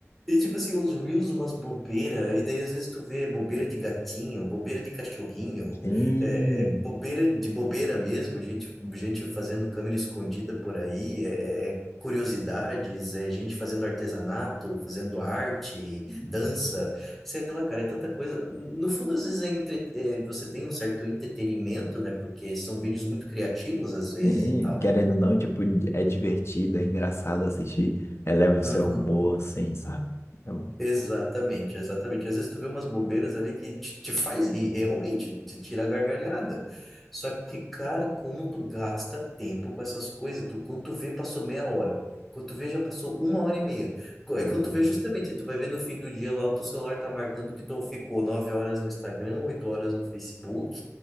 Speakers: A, in the centre; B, on the left (about 55°).
A: E tipo assim, uns reels, umas bobeira, e daí às vezes tu vê bobeira de gatinho, bobeira de cachorrinho,
B: Sim.
A: é, é bobeira de bobeira mesmo, gente, gente fazendo câmera escondida por aí, é, é é curiosidades, é gente fazendo artesanato, fazendo arte,
B: Uhum.
A: dança, sei lá, cara, é tanta coisa. No fundo, às vezes é, entre- é, você tem um certo entretenimento, né, porque são vídeos muito criativos às vezes
B: Sim.
A: e tal.
B: Querendo ou não, tipo, é divertido, é engraçado assistir. Eleva o seu
A: Aham.
B: humor, assim, sabe? Eu,
A: Exatamente, exatamente. Às vezes tu vê umas bobeiras ali que te, te faz rir, realmente, te tira a gargalhada. Só que, cara, como tu gasta tempo com essas coisas, tu, quando tu vê, passou meia hora. Quando tu vê, já passou uma hora e meia. Co-
B: ah,
A: Aí quando
B: eu-
A: tu vê, justamente, tu vai ver no fim do dia lá, o teu celular tá marcando que tu ficou nove horas no Instagram, oito horas no Facebook.